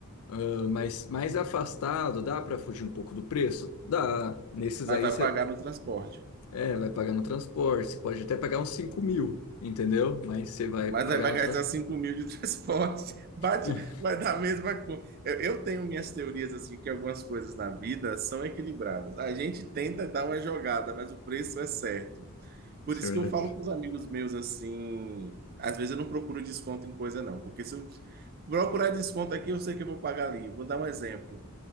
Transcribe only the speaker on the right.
Mas
vai pagar no transporte.
Mas
aí vai
gastar
5 mil de transporte, <laughs> bate,
vai dar a mesma coisa. Eu, eu tenho minhas teorias, assim, que algumas coisas na vida são equilibradas. A gente tenta dar uma jogada, mas o preço é certo. Por
isso
que eu falo com os amigos meus, assim, às vezes eu não procuro desconto em coisa, não. Porque se eu procurar desconto aqui, eu sei que eu vou pagar ali. Vou dar um exemplo.